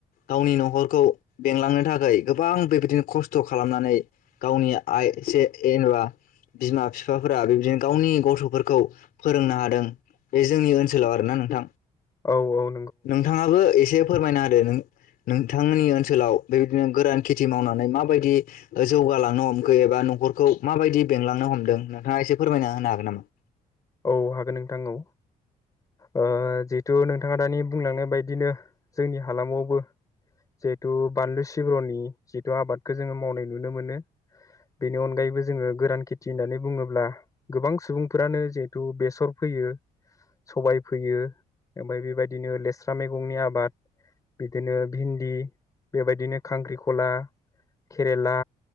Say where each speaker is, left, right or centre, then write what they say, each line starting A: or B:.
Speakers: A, on the left (about 75°); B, on the left (about 20°).
A: गावनि न'खरखौ बेंलांनो थाखा थाखाय गोबां बेबायदिनो खस्थ' खालामनानै गावनि आइ एसे जेनेबा बिमा बिफाफोरा बेबायदिनो गावनि गथ'फोरखौ फोरोंनो हादों बे जोंनि ओनसोलाव आरोना नोंथां
B: औ औ
A: नोंथाङाबो एसे फोरमायना होदो नों नोंथांनि ओनसोलाव बेबायदिनो गोरान खेथि मावनानै माबायदि जौगालांनो हमखो एबा न'खरखौ माबायदि बेंलांनो हमदों नोंथाङा एसे फोरमायना होनो हागोन नामा
B: औ हागोन नोंथां औ ओ जिहेतु नोंथाङा दानि बुंलांनाय बदिनो जोंनि हालामावबो जिहेतु बानलु सिब्र'नि जितु आबादखौ जोङो मावनाय नुनो मोनो बेनि अनगायैबो जोङो गोरान खेथि होननानै बुङोब्ला गोबां सुबुंफोरानो जे थु बेसर फोयो सबाय फोयो ओमफ्राय बेबायदिनो लेस्रा मैगंनि आबाद बिदिनो भिन्दि बेबायदिनो खांख्रिखला केरेला